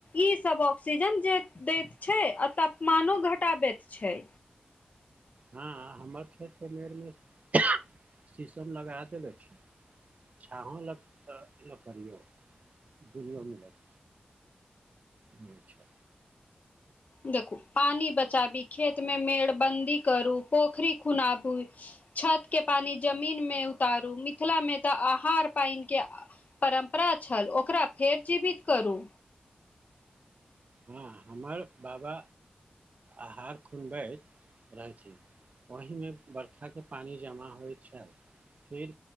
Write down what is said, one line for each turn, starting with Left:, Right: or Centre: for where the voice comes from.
Left: ईसभ ऑक्सीजन जे दैत छै आ तापमानो घटाबैत छै
Right: हँ हमर खेत के <unintelligible> शीशम लगा देनेे छै छओ लक तऽ ल करियौ दुना मे लगत ब छै
Left: देखू पानी बचाबी खेत मे मेड़बंन्दी करू पोखरी खुनाबू छत के पानि जमीन मे उतारू मिथिला मे तऽ आहार पानि के परम्परा छल ओकरा फेर जीवित करू
Right: हँ हमर बाबा आहार खुनबैत रहथिन ओहिमे बरखाके पानि जमा होइत छल फिर